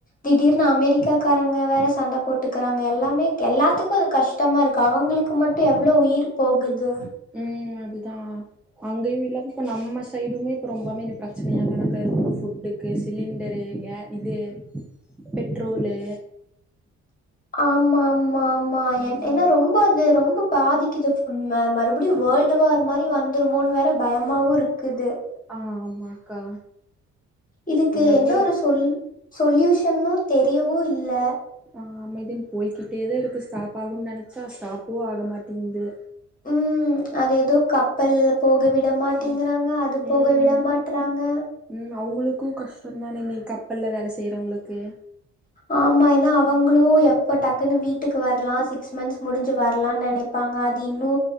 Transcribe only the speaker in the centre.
உம் அதுதா அங்கயு இல்லாம இப்ப நம்ம சைடுமே இப்ப ரொம்பமே பிரச்சனையா தானேக்கா இருக்கு ஃபுட்டு க்கு சிலிண்டரு கே இது பெட்ரோலு
ம்
ஆ
ஆஹ் ஆமாக்கா
எவ்ளோ
ஆ அமைதின்னு போய்கிட்டேதா இருக்கு ஸ்டாப் ஆகுன்னு நினச்சா ஸ்டாப்பு ஆகமாட்டேங்து
ம்
ம்
ம் அவுங்களுக்கு கஷ்டோ தானே இனி கப்பல்ல வேல செய்றவங்களுக்கு